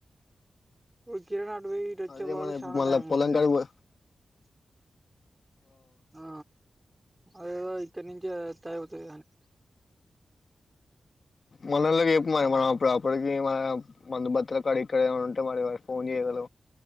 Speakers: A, on the right; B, on the left.
A: ఉట్టినె య్ ఇటచ్చే
B: అదే
A: వరకు
B: మనం
A: చానా
B: మళ్ళా
A: టైమ్
B: పొలం
A: పడు
B: కాడికి పో
A: ఆ అదేదో ఇక్కడ నించే టైమ్ అవుతుంది కాని
B: మనల్లకి చెప్పు మరి మనం అప్పుడు అప్పటికి మందు భతుల కాడ ఇక్కడ ఏమ ఉంటే మరి మరి ఫోన్ చేయగల